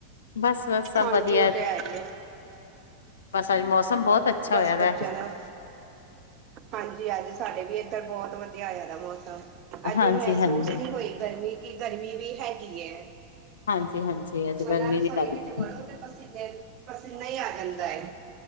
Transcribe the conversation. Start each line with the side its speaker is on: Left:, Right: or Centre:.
Left: ਬਸ ਬਸ ਸਭ
Right: ਹਾਂਜੀ
Left: ਵਧੀਆ।
Right: ਉਹ ਤੇ ਹੈ ਈ ਏ
Left: ਬਸ ਅੱਜ ਮੌਸਮ ਬਹੁਤ ਅੱਛਾ
Right: ਬਸ
Left: ਹੋਇਆ ਦਾ
Right: ਬੱਚਿਆਂ ਨਾਂ ਹਾਂਜੀ, ਅੱਜ ਸਾਡੇ ਵੀ ਏਧਰ ਬੌਤ ਵਧੀਆ ਹੋਯੈ ਦਾ ਮੌਸਮ, ਅੱਜੇ
Left: ਹਾਂਜੀ
Right: ਮਹਿਸੂਸ
Left: ਹਾਂਜੀ
Right: ਨਹੀਂ ਹੋਈ ਗਰਮੀ। ਕਿ ਗਰਮੀ ਵੀ ਹੈਗੀ ਐ।
Left: ਹਾਂਜੀ ਹਾਂਜੀ। ਅੱਜ
Right: ਵਰਨਾ
Left: ਗਰਮੀ
Right: ਰਸੋਈ
Left: ਨੀ ਲੱਗਦੀ
Right: ਵਿੱਚ ਵੜੋ ਤੇ ਪਸੀਨੇ, ਪਸੀਨਾ ਈ ਆ ਜਾਂਦਾ ਏ।